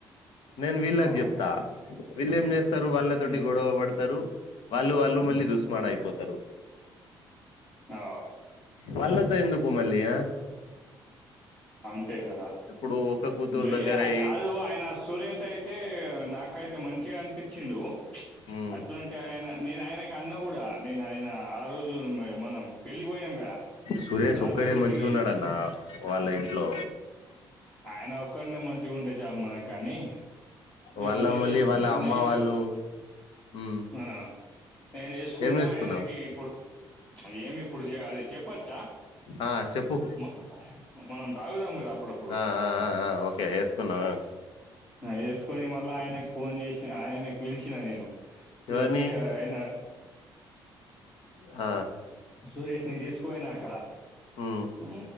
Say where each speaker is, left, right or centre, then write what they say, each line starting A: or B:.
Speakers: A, on the left; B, on the left.
A: నేను వీళ్ళకి
B: ఆ,
A: చెప్తా వీళ్లేమ్ చేస్ వస్తారు వాళ్ళతోటి
B: ఉమ్,
A: గొడవ పడతారు వాళ్ళు వాళ్ళు మళ్ళీ దుస్మాడ్ అయిపోతారు
B: ఆ,
A: వాళ్లతో ఎందుకు మళ్ళీ ఆ
B: అంతే కదా
A: ఇప్పుడు ఒక్క కూతురు
B: జ్వేయ
A: దగ్గరయి
B: అది కాదు ఆయన సురేష్ అయితే నాకు నాకైతే అయితే మంచిగా అనిపించిండు
A: ఉమ్
B: అట్లాంటే ఆయన నేను ఆయనకి అన్న కూడా నేను ఆయన ఆ రోజు మనం పెళ్ళి కి పోయినాం కదా
A: సురేష్
B: రాత్రి
A: ఒక్కడే
B: కి కొద్దిగి
A: మంచిగున్నాడన్న వాళ్ళ ఇంట్లో
B: ఆయన ఒక్కన్నే మంచిగా ఉంటే చాలు మనకు కానీ ఇగో
A: వాళ్ళ
B: నేనేసుకున్నాను
A: మళ్ళీ వాళ్ళ అమ్మ
B: నైటు.
A: వాళ్ళు ఉమ్
B: ఆ నేను వేసుకున్నా
A: ఏం వేసుకున్నావు
B: ఆయనకి ఇప్పుడు ఏమి ఇప్పుడు అది చెప్పచ్చా
A: ఆ చెప్పు
B: మ మనం తాగుతాం కదా అప్పుడప్పుడూ
A: ఆ ఆ ఆ ఆ ఓకే వేసుకున్నావా
B: ఆ వేసుకొని మళ్ళీ ఆయనకు ఫోన్ చేసి ఆయనకు పిలిచిన నేను పిలిచి
A: ఎవరిని
B: ఆయనా
A: ఆ
B: సురేష్ ని తీసుకుపోయినా అక్కడ
A: ఉమ్
B: ఊ